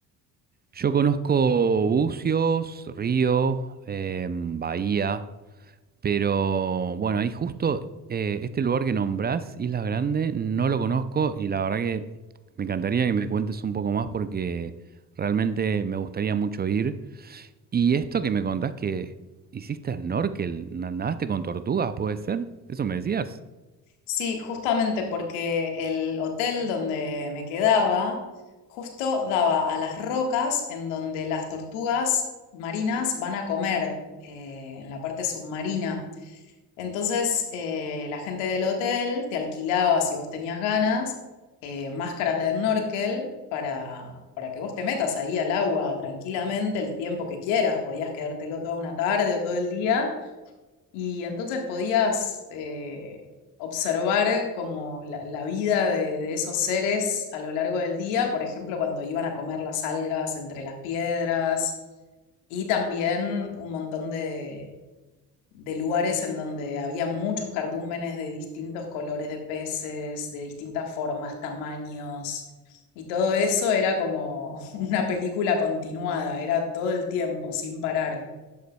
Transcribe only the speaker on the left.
Sí, justamente porque el hotel donde me quedaba justo daba a las rocas en donde las tortugas marinas van a comer, eh, en la parte submarina. Entonces, eh, la gente del hotel te alquilaba, si vos tenías ganas, eh, máscaras de snorkel para, para que vos te metas ahí al agua tranquilamente el tiempo que quieras. Podías quedártelo toda una tarde o todo el día y entonces podías eh, observar como la, la vida de, de esos seres a lo largo del día, por ejemplo, cuando iban a comer las algas entre las piedras, y también un montón de, de lugares en donde había muchos cardúmenes de distintos colores de peces, de distintas formas, tamaños, y todo eso era como <laughs> una película continuada, era todo el tiempo, sin parar.